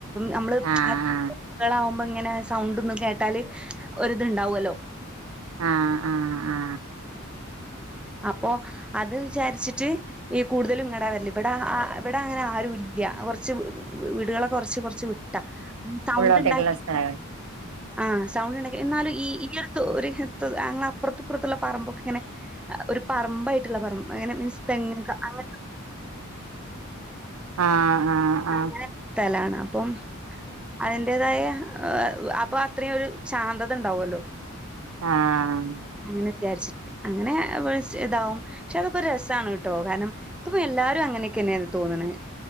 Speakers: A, in the centre; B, on the right.
A: നമ്മള്
B: ആഹ്
A: ക്കളാകുമ്പോ ഇങ്ങനെ സൗണ്ടൊന്നും കേ ട്ടാല് ഒരിത്ണ്ടാവല്ലോ
B: ആ ആ ആ
A: അപ്പോ അത് വിചാരിച്ചിട്ട് ഈ കൂട്തലും ങ്ങടാ വെരല് ഇവിടെ ഇവടങ്ങനെ ആരുല്ല കൊർച്ച് വീടാളൊക്കെ കൊർച്ച് കൊ ച്ച് വിട്ട സൗണ്ട്
B: ഉള്ളോട്ടേക്കുള്ള
A: ണ്ടാക്കി
B: സ്ഥലമായിട്ട്
A: ആ സൗണ്ട് ണ്ടാക്കി ന്നാലും ഈ ഈയൊരു ത്ത് അപ്പുറപ്പുറത്തുള്ള പറമ്പൊക്കെ ഇങ്ങനെ ഒരു പറമ്പായിട്ടുള്ള പറമ്പ് ങ്ങനെ മീൻസ് തെങ് ക്കെ അങ്ങനെ
B: ആഹ് ആഹ് ആഹ്
A: അങ്ങനെ സ്ഥലാണ് അപ്പം അതിന്റെതായ അപ്പൊ അത്രേയൊരു ശാന്തത ണ്ടാവല്ലോ
B: ആഹ്
A: അങ്ങനെ വിചാരിച്ച് അങ്ങനെ വി ഇതാവും അതൊക്കൊരു രസാണ് ട്ടോ കാരണം പ്പൊപ്പൊക്കെല്ലാരും അങ്ങനെക്കെന്നെ തോന്ന്ണ്